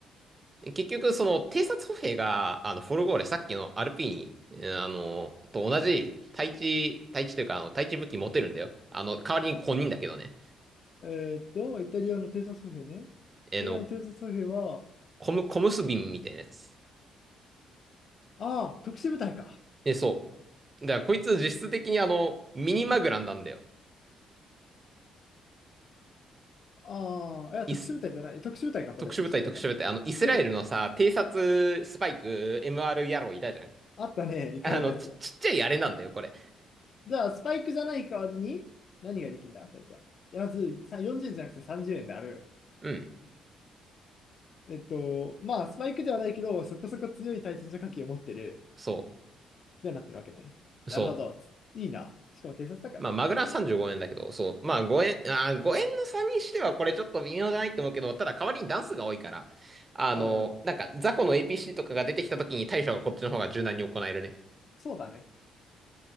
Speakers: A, on the right; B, on the left.
A: 結局、その、偵察歩兵が、あの、フォルゴーレ、さっきのアールピーに、うんあの、と同じ、対地、対地というか、あの、対地武器持てるんだよ。あの、代わりに小人だけどね。
B: えーっと、イタリアの偵察歩兵ね。
A: えの、
B: イタリアの偵察歩兵は、
A: コム、コムスビンみたいなやつ。
B: ああ、特殊部隊か。
A: え、そう。だから、こいつ実質的にあの、ミニマグランなんだよ。
B: ああ、いや、
A: イス、
B: 特殊部隊じゃない。特殊部隊か、これ。
A: 特殊部隊、
B: 特殊部隊だね。
A: 特殊部隊。あの、イスラエルのさ、
B: で、
A: 偵察スパイク、MR 野郎いたじゃん。
B: あったね。行かれたやつ。
A: あの、ち、ちっちゃいあれなんだよ、これ。
B: じゃあ、スパイクじゃない代わりに、何ができるんだ、こいつは。いやまず、さ40円じゅうえんじゃなくて30円である。
A: うん。
B: えっと、まあ、スパイクではないけど、そこそこ強い対戦車火器を持ってる。
A: そ
B: ようになってるわけね。
A: う。
B: なるほど。
A: そう。
B: いいな。しかも偵察だからね。
A: まあ、マグラ35円だけど、そう。
B: うん。
A: まあ、5円、あー、円の差にしてはこれちょっと微妙じゃないと思うけど、ただ代わりに段数が多いから、あの、
B: うんうん
A: なんか、雑魚の APC とかが出てきた時に対処がこっちの方が柔軟に行えるね。
B: そうだね。